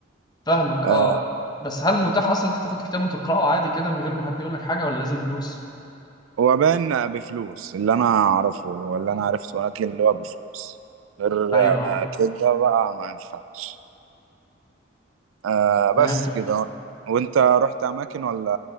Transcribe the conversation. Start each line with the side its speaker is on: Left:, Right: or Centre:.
Left: فاهمك
Right: آه،
Left: اه بس هل متاح اصلا انت تاخد كتاب وتقراه عادي كده من غير ما حد يقول لك حاجه ولا لازم فلوس
Right: هو باين بفلوس اللي انا اعرفه اللي انا عرفته ولكن اللي هو بفلوس غير
Left: ايوه اه
Right: آه، كده بقى ما ينفعش آه
Left: فهمتك
Right: بس كده
Left: اه
Right: وانت رحت اماكن ولا